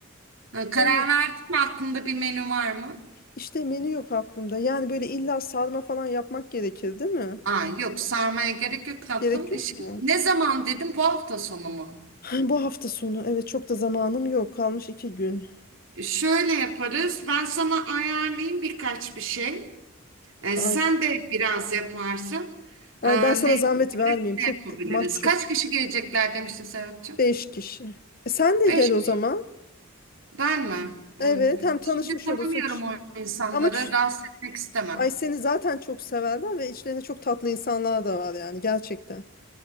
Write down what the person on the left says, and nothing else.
O yüzden
işte menü yok aklımda. Yani böyle illa sarma falan yapmak gerekir, değil mi?
Gerek yok
mu?
<sighs> Bu hafta sonu. Evet çok da zamanım yok. Kalmış iki gün.
Ay,
ay
ben sana
zahmet vermeyeyim.
Çok
mahcup.
Beş kişi. E sen de
gel o zaman.
Evet
hem tanışmış
olursun. Ç-
Ama ç-
ay seni zaten çok severler ve içlerinde çok tatlı insanlar da var yani gerçekten.